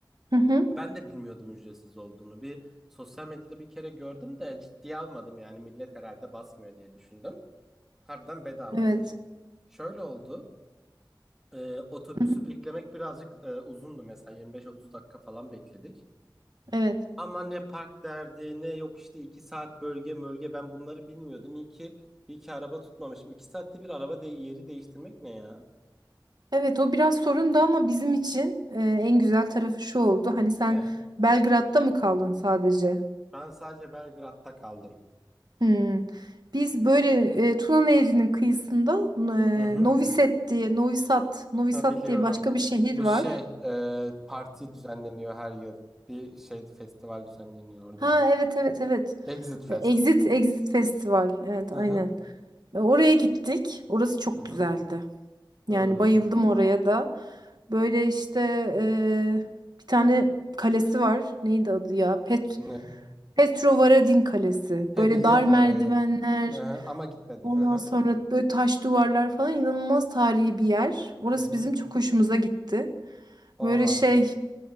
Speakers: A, on the right (about 60°); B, in the centre.
A: Hı hı.
B: Ben de bilmiyordum ücretsiz olduğunu. Bir sosyal medyada bir kere gördüm de ciddiye almadım yani millet herhalde basmıyor diye düşündüm. Harbiden bedavaymış.
A: Evet.
B: Şöyle oldu. e, otobüsü
A: Hı hı.
B: beklemek birazcık e, uzundu mesela 25-30 dakika falan bekledik.
A: Evet.
B: Ama ne park derdi ne yok işte 2 saat bölge bölge ben bunları bilmiyordum. İyi ki, iyi ki araba tutmamışım. iki saatte bir araba de yeri değiştirmek ne ya?
A: Evet o biraz sorundu ama bizim için e, en güzel tarafı şu oldu. Hani sen
B: Ne?
A: Belgrad'da mı kaldın sadece?
B: Ben sadece Belgrad'da kaldım.
A: Hmm. Biz böyle e, Tuna Nehri'nin kıyısında
B: Hı hı.
A: e, Novi Sad diye, Novi Sad, Novi
B: Ha
A: Sad
B: biliyorum.
A: diye başka bir şehir
B: Bu
A: var.
B: şey e, parti düzenleniyor her yıl. Bir şey festival düzenleniyor orada.
A: Ha evet evet evet.
B: Exit Fest.
A: E, Exit Exit Festival. Evet
B: Hı
A: aynen.
B: hı.
A: E, Oraya gittik. Orası çok
B: Hı hı.
A: güzeldi.
B: Hmm.
A: Yani bayıldım oraya da. Böyle işte eee, bir tane kalesi var. Neydi adı ya? Pet
B: Ne?
A: Petrovaradin Kalesi.
B: He
A: Böyle
B: biliyorum
A: dar merdivenler,
B: orayı. Hı hı. Ama gitmedim.
A: ondan
B: Hı hı.
A: sonra böyle taş duvarlar falan inanılmaz tarihi bir yer. Orası
B: Hı hı.
A: bizim çok hoşumuza gitti.
B: Oha.
A: Böyle şey